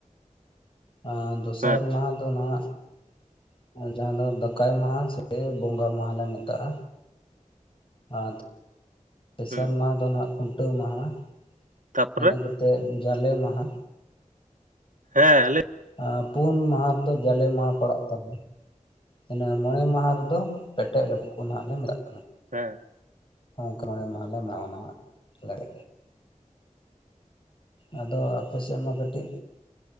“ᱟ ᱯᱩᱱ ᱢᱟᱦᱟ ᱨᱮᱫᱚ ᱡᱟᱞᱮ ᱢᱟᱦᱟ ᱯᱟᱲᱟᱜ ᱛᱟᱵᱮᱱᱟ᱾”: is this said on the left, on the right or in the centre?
Left